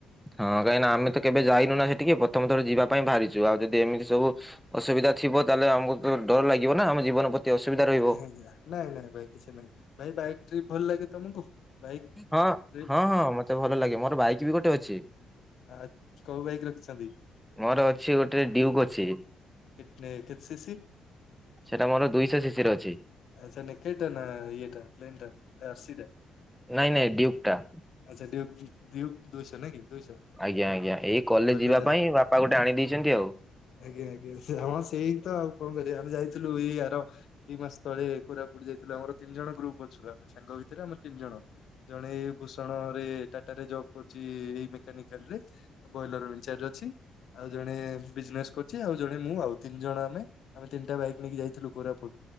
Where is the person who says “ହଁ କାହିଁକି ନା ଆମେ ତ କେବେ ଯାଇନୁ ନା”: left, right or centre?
Centre